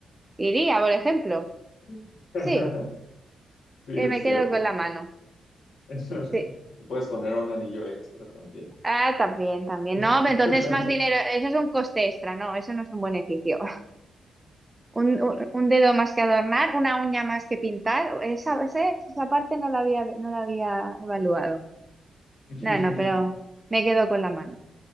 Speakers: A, on the right (about 15°); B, on the left (about 65°).
A: iría, por ejemplo.
B: <laughs>
A: Sí,
B: Sí,
A: eh,
B: es
A: me
B: cierto.
A: quedo con la mano.
B: <laughs> Le
A: Sí.
B: Puedes poner un anillo extra también.
A: Ah, también, también.
B: <laughs>
A: No, pero entonces más dinero, eso es un coste extra, no, eso no es un beneficio. <laughs> Un, un- un dedo más que adornar, una uña más que pintar, esa, ese- esa parte no la había, no la había evaluado.
B: Y
A: No, no, pero me quedo con la mano.